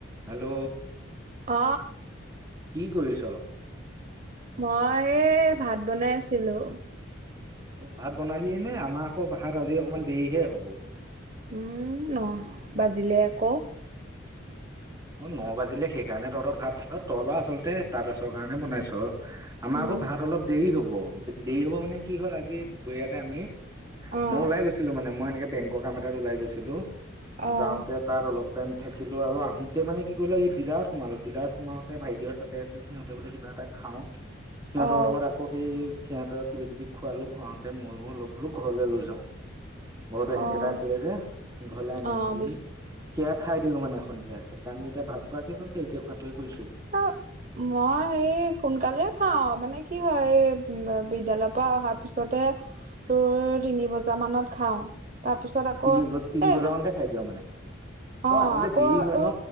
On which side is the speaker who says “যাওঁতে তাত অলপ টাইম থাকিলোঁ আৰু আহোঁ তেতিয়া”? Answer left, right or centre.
Right